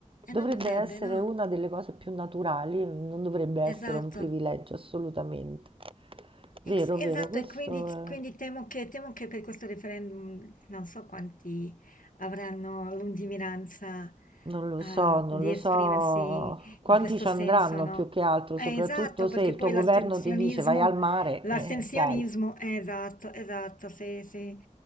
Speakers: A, on the left (about 80°); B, on the right (about 40°).
A: E
B: Dovrebbe
A: non dovrebbe,
B: essere
A: no?
B: una delle cose più naturali, non dovrebbe essere
A: Esatto.
B: un privilegio, assolutamente. Vero,
A: Ex- Esatto,
B: vero, questo
A: e quindi,
B: è...
A: quindi temo che, temo che per questo referendum non so quanti avranno lungimiranza,
B: Non lo
A: eh,
B: so, non
A: di
B: lo
A: esprimersi
B: so quanti
A: in questo
B: ci
A: senso,
B: andranno
A: no?
B: più che altro,
A: Eh,
B: soprattutto
A: esatto,
B: se
A: perché
B: il
A: poi
B: tuo governo
A: l'astensionismo,
B: ti dice vai al mare,
A: l'astensionismo,
B: eh, dai.
A: eh, esatto, esatto, sì, sì,